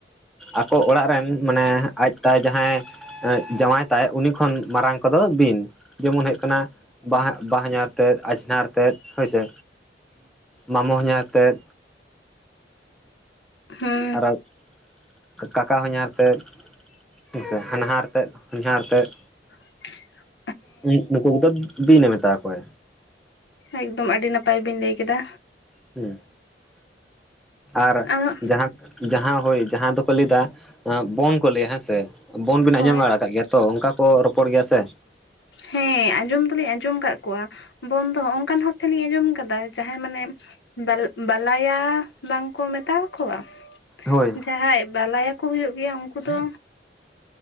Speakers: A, in the centre; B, on the left (about 80°).
A: ᱟᱠᱚ ᱚᱲᱟᱜ ᱨᱮᱱ ᱢᱟᱱᱮ ᱟᱡ ᱛᱟᱭ ᱡᱟᱦᱟᱸᱭ ᱡᱟᱶᱟᱭ ᱛᱟᱭ ᱩᱱᱤ ᱠᱷᱚᱱ ᱢᱟᱨᱟᱝ ᱠᱚ ᱫᱚ ᱵᱤᱱ ᱡᱮᱢᱚᱱ ᱦᱩᱭᱩᱜ ᱠᱟᱱᱟ ᱵᱟᱦᱚᱧᱟᱨ ᱛᱮᱫ ᱟᱡᱷᱱᱟᱨ ᱛᱮ ᱮᱫ ᱦᱳᱭᱥᱮ ᱢᱟᱢᱚ ᱦᱚᱧᱦᱟᱨ ᱛᱮᱫ
B: ᱦᱮᱸ
A: <unintelligible> ᱠᱟᱠᱟ ᱦᱚᱧᱦᱟᱨ ᱛᱮᱫ ᱦᱮᱸᱥᱮ ᱦᱟᱱᱦᱟᱨ ᱛᱮᱫ ᱦᱚᱧᱦᱟᱨ ᱛᱮᱫ
B: <unintelligible>
A: ᱦᱩᱸ ᱱᱩᱠᱩ ᱠᱚ ᱫᱚ ᱵᱤᱱ ᱮ ᱢᱮᱛᱟ ᱟᱠᱚᱣᱟ
B: ᱮᱠᱫᱚᱢ ᱟᱹᱰᱤ ᱱᱟᱯᱟᱭ ᱵᱤᱱ ᱞᱟᱹᱭ ᱠᱮᱫᱟ
A: ᱦᱩᱸ ᱟᱨ
B: ᱟᱨᱚ
A: ᱡᱟᱦᱟᱸ ᱡᱟᱦᱟᱸ ᱦᱳᱭ ᱡᱟᱦᱟᱸ ᱫᱚ ᱠᱚ ᱞᱟᱹᱭ ᱮᱫᱟ ᱵᱚᱱ ᱠᱚ ᱞᱟᱹᱭᱟ ᱦᱮᱸᱥᱮ ᱵᱚᱱ ᱵᱤᱱ
B: ᱦᱳᱭ
A: ᱟᱸᱡᱚᱢ ᱵᱟᱲᱟ ᱟᱠᱟᱜ ᱜᱮᱭᱟ ᱛᱚ ᱚᱱᱠᱟ ᱠᱚ ᱨᱚᱯᱚᱲ ᱜᱮᱭᱟ ᱥᱮ
B: ᱦᱮᱸ ᱟᱸᱡᱚᱢ ᱫᱚᱞᱤᱧ ᱟᱸᱡᱚᱢ ᱠᱟ ᱠᱚᱣᱟ ᱵᱚ ᱫᱚ ᱚᱱᱠᱟᱱ ᱦᱚᱲ ᱴᱷᱮᱱ ᱞᱤᱧ ᱟᱸᱡᱚᱢ ᱠᱟᱫᱟ ᱡᱟᱦᱟᱸᱭ ᱢᱟᱱᱮ ᱵᱟᱞᱟᱭᱟ ᱵᱟᱝᱠᱚ ᱢᱮᱛᱟᱣᱟ ᱟᱠᱚᱣᱟ
A: ᱦᱳᱭ
B: ᱡᱟᱦᱟᱸᱭ ᱵᱟᱞᱟᱭᱟ ᱠᱚ ᱦᱩᱭᱩᱜ ᱜᱮᱭᱟ ᱩᱱᱠᱩ ᱫᱚ